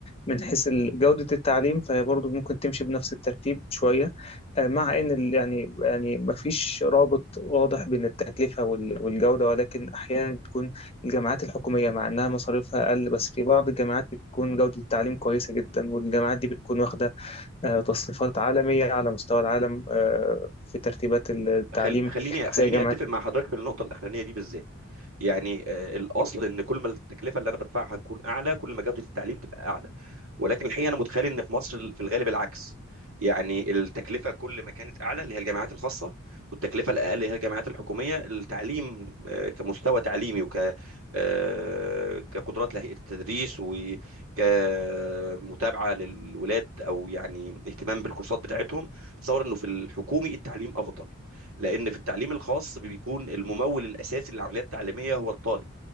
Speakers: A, on the left (about 30°); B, on the right (about 75°).
A: من حيث ال- جودة التعليم فهي برضه ممكن تمشي بنفس الترتيب شوية آه، مع إن ال- يعني يعني مفيش رابط واضح بين التكلفة وال- والجودة ولكن أحيانا بتكون الجامعات الحكومية مع إنها مصاريفها أقل بس في بعض الجامعات بتكون جودة التعليم كويسة جدا والجامعات دي بتكون واخدة آه، تصنيفات عالمية على مستوى العالم آه، في ترتيبات التعليم
B: خل... خليني خليني
A: زي جامعة
B: أتفق مع حضرتك في النقطة الأخرانية دي بالذات يعني آه، الأصل إن كل ما التكلفة اللي أنا بدفعها تكون أعلى كل ما جودة التعليم تبقى أعلى ولكن الحقيقه انا متخيل ان في مصر في الغالب العكس يعني التكلفه كل ما كانت اعلى اللي هي الجامعات الخاصه والتكلفه الاقل اللي هي الجامعات الحكوميه التعليم آه، كمستوى تعليمي وك آه، كقدرات لهيئه التدريس وكمتابعه للولاد او يعني اهتمام بالكورسات بتاعتهم اتصور انه في الحكومي التعليم افضل لان في التعليم الخاص بيكون الممول الاساسي للعمليه التعليميه هو الطالب